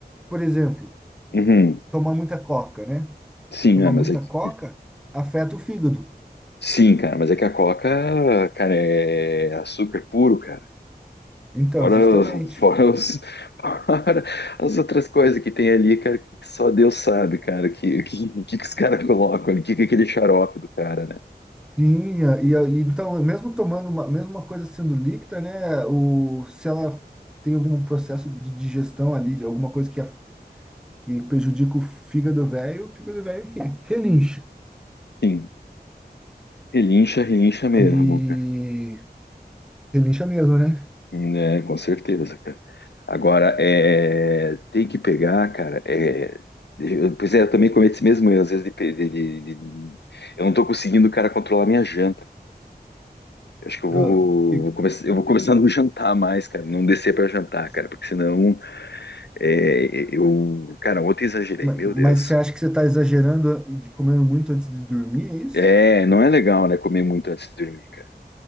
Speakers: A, in the centre; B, on the left (about 85°).
A: por exemplo,
B: Uhum.
A: tomar muita coca, né?
B: Sim,
A: Tomar
B: ah, mas
A: muita
B: é que.
A: coca afeta o fígado.
B: Sim, cara, mas é que a Coca, cara, é açúcar puro, cara.
A: Então,
B: Fora,
A: justamente.
B: os- fora, os- <laughs> fora as outras coisas que tem ali, cara, que só Deus sabe, cara, que que, que, que os caras colocam ali, que que é aquele xarope do cara, né?
A: Sim, e, e então, mesmo tomando uma, mesmo uma coisa sendo líquida, né? O, se ela tem algum processo de digestão ali, de alguma coisa que que prejudica o fígado velho, o fígado velho re- relincha.
B: Sim, relincha, relincha mesmo,
A: E
B: cara.
A: relincha mesmo, né?
B: Né, com certeza, cara. Agora, é, tem que pegar, cara, é, eu, pois é, eu também cometo esse mesmo erro, às vezes, de, pe- de- de- de- eu não tô conseguindo, cara, controlar minha janta. Acho que eu vou,
A: Ó, que-
B: vou começar, eu vou começar a não <laughs> jantar mais, cara, não descer pra jantar, cara, porque senão É, eu, cara, ontem exagerei,
A: ma-
B: meu
A: mas
B: Deus.
A: você acha que você está exagerando e de comendo muito antes de dormir, é isso?
B: É, não é legal, né, comer muito antes de dormir, cara.